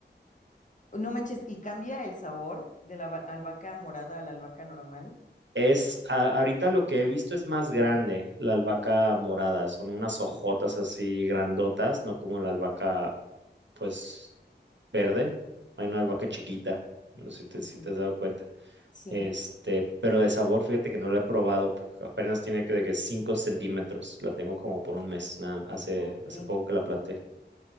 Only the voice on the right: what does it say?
Es, a- ahorita lo que he visto es más grande, la albahaca morada, son unas hojotas así grandotas, no como la albahaca, pues, verde. Hay una albahaca chiquita, no sé si te,
si te has dado cuenta.
Este, pero de sabor, fíjate que no la he probado, porque apenas tiene que de que 5 centímetros, la tengo como por un mes, nada, hace,
hace poco que la planté.